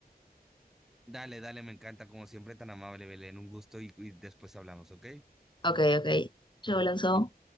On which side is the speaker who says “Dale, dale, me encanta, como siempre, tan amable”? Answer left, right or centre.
Centre